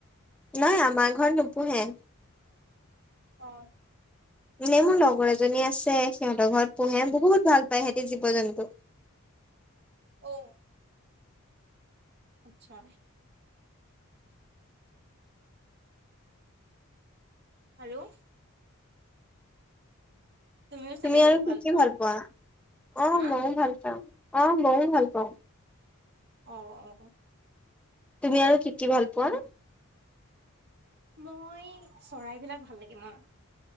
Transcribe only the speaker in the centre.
নাই আমাৰ ঘৰত নুপোহে
মানে মোৰ লগৰ এজনী আছে সিহঁতৰ ঘৰত পোহে বহুত ভাল পায় সিহতি জীৱ জন্তু
তুমি আৰু
কি কি
ভাল পোৱা আহ
ময়ও ভাল পাও অ ময়ও ভাল পাওঁ
তুমি আৰু কি কি ভাল পোৱা?